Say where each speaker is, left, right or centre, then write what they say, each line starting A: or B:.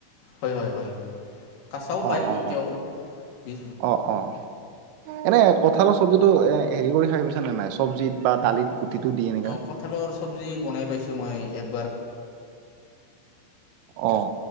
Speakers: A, on the left; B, on the right.
A: হয় হয় হয় কাছাও পায়
B: অ অ
A: এতিয়াও
B: অ
A: বি
B: অ অ এনে কঠালৰ চব্জিতটো এ হেৰি কৰি খাই পাইছা নে নাই চব্জিত বা দালিত গুটিটো দি এনেকা
A: অ কঁঠালৰ চব্জি বনাই পাইছো মই একবাৰ
B: অহ